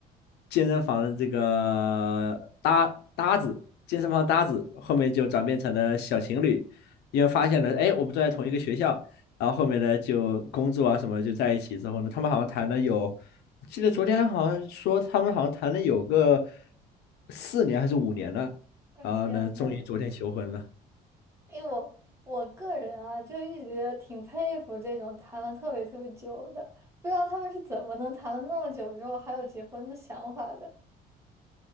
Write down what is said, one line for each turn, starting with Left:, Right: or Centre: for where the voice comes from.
Left: 健身房的这个搭搭子，健身房搭子，后面就转变成了小情侣，因为发现了，哎，我们都在同一个学校，然后后面呢就工作啊什么就在一起之后呢，他们好像谈了有，我记得昨天好像说他们好像谈了有个四年还是五年呢，
Right: 我天呐，
Left: 然后呢，终于昨天求婚了。
Right: 因为我我个人啊，就一直挺佩服这种谈了特别特别久的，不知道他们是怎么能谈了那么久之后还有结婚的想法的。